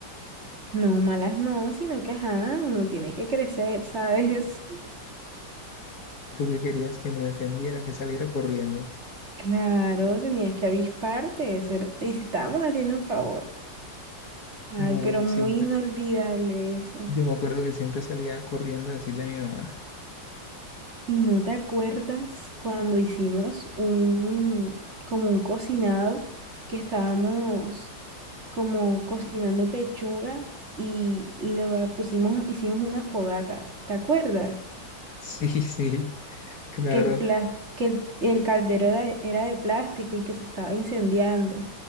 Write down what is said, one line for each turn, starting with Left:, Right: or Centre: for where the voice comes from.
Right: No, malas no, sino que ajá, uno tiene que crecer, <laughs> ¿sabes?
Left: ¿Tú qué querías que me defendiera, que saliera corriendo?
Right: Claro, tenías que avisparte, eso era- te estábamos haciendo un favor. Ay,
Left: No,
Right: pero
Left: yo
Right: muy
Left: siempre,
Right: inolvidable eso.
Left: yo me acuerdo que siempre salía corriendo a decirle a mi mamá. <laughs>
Right: ¿Y no te acuerdas cuando hicimos un, como un cocinado, que estábamos como cocinando pechuga y lo pusimos, hicimos una fogata? ¿Te acuerdas?
Left: Sí, sí, claro.
Right: Que el plas- que el, el caldero era de, era de plástico y que se estaba incendiando.